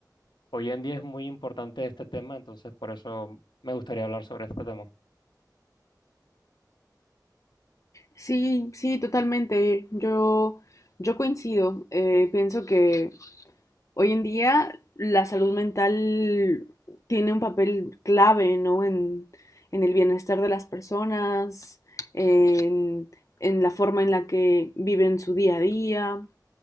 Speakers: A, on the left; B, on the left.
A: Hoy en día es muy importante este tema, entonces por eso me gustaría hablar sobre este tema.
B: Sí, sí, totalmente. Yo, yo coincido. Eh, pienso que hoy en día la salud mental tiene un papel clave, ¿no? En, en el bienestar de las personas, en, en la forma en la que viven su día a día.